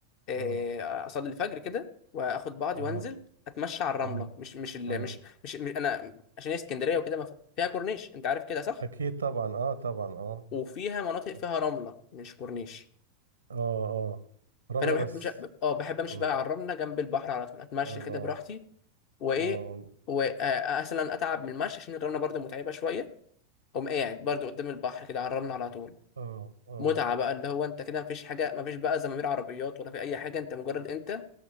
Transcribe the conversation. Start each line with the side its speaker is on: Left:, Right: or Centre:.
Left: آه،
Right: اه
Left: أصلي الفجر كده وآخد بعضي
Right: اه
Left: وأنزل أتمشى على الرملة
Right: اه
Left: مش مش ال
Right: الله
Left: مش مش, مش أنا عشان هي اسكندرية وكده ما ف- فيها كورنيش أنت عارف كده صح؟
Right: اكيد طبعا اه طبعا اه
Left: وفيها مناطق فيها
Right: اه
Left: رملة مش كورنيش
Right: اه رملة
Left: فأنا بحب
Right: بس
Left: مش أه بحب أمشي
Right: مم.
Left: بقى على الرملة جنب البحر على طول أتمشى
Right: الله
Left: كده براحتي وإيه
Right: اه
Left: ومثلا أتعب من المشي عشان الرملة برضو متعبة شوية أقوم قاعد برضو قدام البحر كده على الرملة على طول
Right: اه اه
Left: متعة بقى اللي هو انت كده مفيش حاجة مفيش بقى زمامير عربيات ولا في أي حاجة انت مجرد انت